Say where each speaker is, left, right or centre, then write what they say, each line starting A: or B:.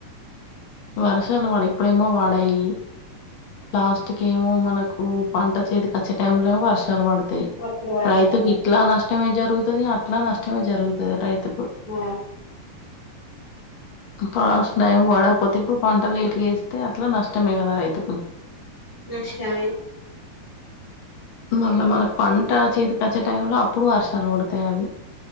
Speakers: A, on the left; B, on the left.
A: వరషాల పాడ ఇప్పుడయమ వాడయి లాస్ట్ కి ఏమో మనకు పంట చేతికచ్చే టైంలోవర్షాలు పడుతయి
B: అప్పుడు వర్షాలు
A: రైతుకి ఇట్లా నష్టమే జరుగుతుది అట్లా నష్టమే జరుగుతుది రైతుకు
B: ఆ
A: <unintelligible> పస్తున్నాయి వాడ పోతిప్పుడు పంటలు ఎటు వేస్తే అట్లా నష్టమే కదా రైతుకు
B: నష్టమే
A: మళ్ళా మనకు పంట చేతికి వచ్చే టైంలో అప్పుడు వర్షాలు పడతాయి అవి